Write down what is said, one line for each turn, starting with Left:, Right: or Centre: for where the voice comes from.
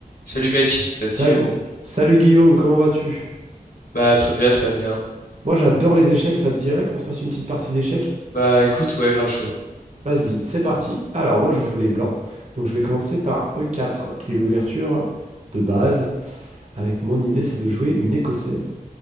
Left: Salut mec, ça
Right: Salut,
Left: te dit on...
Right: salut Guillaume, comment vas-tu?
Left: Bah très bien, très bien.
Right: Moi j'adore les échecs, ça te dirait qu'on se fasse une petite partie d'échecs?
Left: Bah écoute, ouais, grave chaud.
Right: Vas-y, c'est parti. Alors moi je joue les blancs, donc je vais commencer par E4, qui est l'ouverture de base, avec mon idée c'est de jouer une écossaise.